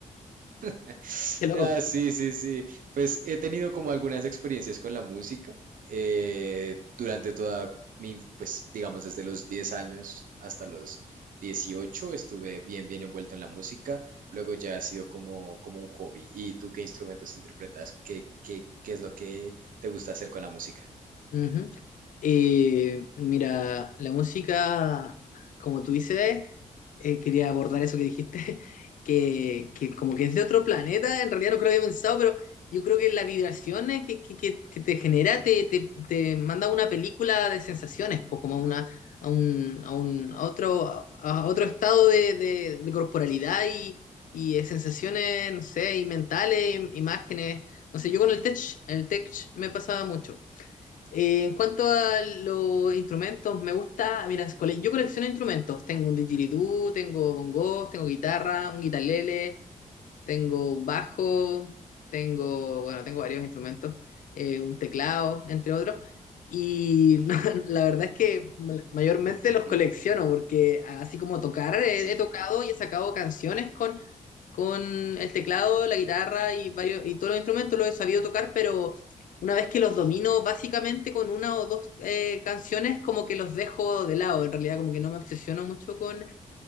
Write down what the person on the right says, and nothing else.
<sighs>
ah, sí, sí, sí. Pues he tenido como algunas experiencias con la música eh, durante toda mi, pues digamos desde los 10 años hasta los 18 estuve bien, bien envuelto en la música. Luego ya ha sido como, como un hobby. ¿Y tú qué instrumentos interpretas? ¿Qué, qué, qué es lo que te gusta hacer con la música?
<laughs>
Sí.